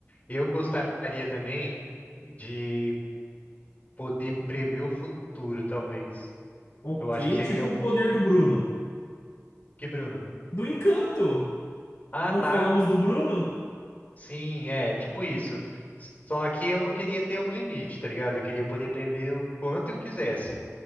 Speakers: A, on the left; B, on the left.
A: Eu gostaria também de poder prever o futuro, talvez.
B: Ok,
A: Eu acho que seria
B: tipo
A: um.
B: o poder do Bruno.
A: Que, Bruno?
B: Do encanto!
A: Ah,
B: Não
A: tá.
B: falamos do Bruno?
A: Sim, é, tipo isso. Só que eu não queria ter um limite, tá ligado? Eu queria poder prever o quanto eu quisesse.